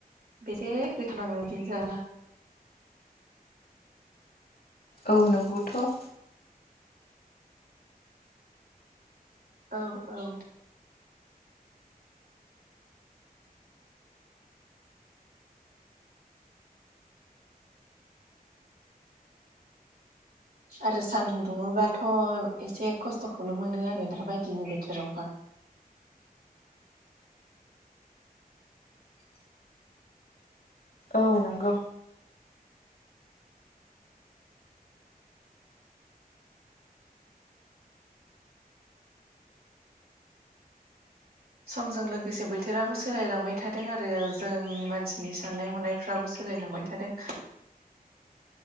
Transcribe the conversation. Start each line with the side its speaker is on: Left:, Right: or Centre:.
Right: बेसे गोथाव नाङो बिदिनो जाबा।
Left: औ नोंगौथ'।
Right: औ औ आरो सान्दुं दुङोबाथ' एसे खस्थ'खौनो मोनो आरो दा बायदिनि बोथोरावहा। <inaudible>
Left: औ नंगौ
Right: समजों लोगोसे बोथोराबो सोलायलांबाय थादों आरो जोंनि मानसिनि साननाय हनायफ्राबो सोलाय लांबाय थादों